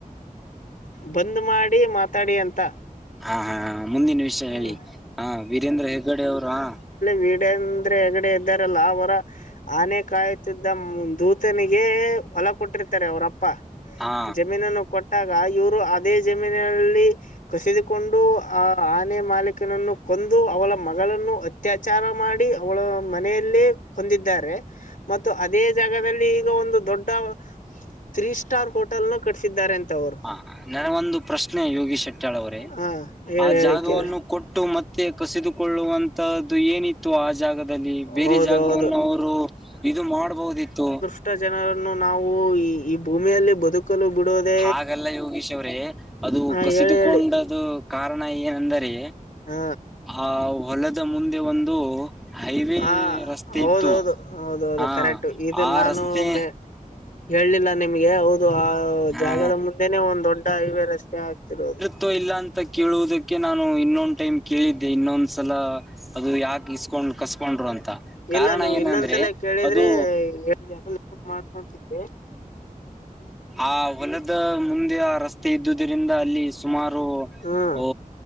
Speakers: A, on the left; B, in the centre.
A: ಬಂದ್ ಮಾಡಿ ಮಾತಾಡಿ ಅಂತ
B: ಹಾ ಹಾ ಮುಂದಿನ ವಿಷಯ
A: ಹ್ಮ್
B: ಹೇಳಿ ಹ ವೀರೇಂದ್ರ ಹೆಗ್ಗಡೆ ಅವರು ಹಾ
A: ವೀಡಂದ್ರೆ ಹೆಗಡೆ ಇದ್ದಾರಲ್ಲಾ ಅವರ ಆನೆ ಕಾಯುತ್ತಿದ್ದ ದ್ ದೂತನಿಗೆ ಹೊಲ ಕೊಟ್ಟಿರ್ತಾರೆ ಅವರಪ್ಪ
B: ಹಾ
A: ಜಮೀನನ್ನು ಕೊಟ್ಟಾಗ ಇವ್ರು ಅದೇ ಜಮೀನಲ್ಲಿ ಕಸಿದುಕೊಂಡು ಆ ಆನೆ ಮಾಲೀಕನನ್ನು ಕೊಂದು ಅವಳ ಮಗಳನ್ನು ಅತ್ಯಾಚಾರ ಮಾಡಿ ಅವಳ ಮನೆಯಲ್ಲೇ ಕೊಂದಿದ್ದಾರೆ ಮತ್ತು ಅದೇ ಜಾಗದಲ್ಲಿ ಈಗ ಒಂದು ದೊಡ್ಡ ತ್ರೀ ಸ್ಟಾರ್ ಹೋಟೆಲನ ಕಟ್ಸಿದ್ದಾರೆ ಅಂತ ಅವರು
B: ಹ ನನಗೊಂದು ಪ್ರಶ್ನೆ ಯೋಗಿ ಶೆಟ್ಟಾಳ್ ಅವರೇ
A: ಹಾ ಹೇಳಿ
B: ಆ
A: ಹೇಳಿ
B: ಜಾಗವನ್ನು
A: ಕೇಳ
B: ಕೊಟ್ಟು ಮತ್ತೆ ಕಸಿದುಕೊಳ್ಳುವಂತದ್ದು ಏನಿತ್ತು ಆಜಾಗ ದಲ್ಲಿ ಬೇರೆ
A: ಹೌದೌದು
B: ಜಾಗವನ್ನು ಅವರು ಇದು ಮಾಡಬಹುದಿತ್ತು
A: ಇಂಣ ಜನರನ್ನು ನಾವು ಈ ಈ ಭೂಮಿಯಲ್ಲಿ ಬದುಕ ಕ್ಕಲು ಬಿಡೋದೆ
B: ಹಾಗಲ್ಲ ಯೋಗೀಶ್ ಅವ್ರೆ ಅದು
A: ಹಾ
B: ಕಸಿದುಕೊಂಡದ
A: ಹೇಳಿ ಹೇಳಿ
B: ಕಾರಣ ಏನಂದರೆ
A: ಹ್
B: ಆ ಹೊಲದ ಮುಂದೆ ಒಂದು ಹೈವೇ
A: ಹಾ
B: ರಸ್ತೆ
A: ಹೌದೌದು
B: ಇತ್ತು
A: ಹೌದೌದು
B: ಹಾ
A: ಕರೆಕ್ಟ್ ಇದು
B: ಆ
A: ನಾನು
B: ರಸ್ತೆ
A: ಒಮ್ಮೆ. ಹೇಳಲಿಲ್ಲ ನಿಮ್ಗೆ ಹೌದು ಆ ಓ
B: ಹಾ
A: ಜಾಗದ ಮುಂದೆನೆ ಒಂದ್ ದೊಡ್ಡ ಹೈವೇ ರಸ್ತೆ ಆಗ್ತಿರೋದು.
B: ತೂ ಇಲ್ಲಾಂತ ಕೇಳುವುದಕ್ಕೆ ನಾನು ಇನ್ನೊಂದ ಟೈಮ್ ಕೇಳಿದ್ದೆ ಇನ್ನೊಂದ್ಸಲ ಅದು ಯಾಕ ಇಸ್ಕೊಂಡ್ ಕಸ್ಕೊಂಡರು ಅಂತ ಕಾರಣ
A: ಇಲ್ಲ ನೀವು
B: ಏನಂದ್ರೆ
A: ಇನ್ನೊಂದ್ಸಲ ಕೇಳಿದ್ರೆ
B: ಅದು
A: <unintelligible> ಮಾಡ್ಕೊಂತಿದೆ
B: ಆ ಹೊಲದ ಮುಂದೆ ಆ ರಸ್ತೆ ಇದ್ದುದರಿಂದ ಅಲ್ಲಿ ಸುಮಾರು
A: ಹ್ಮ್
B: ಓ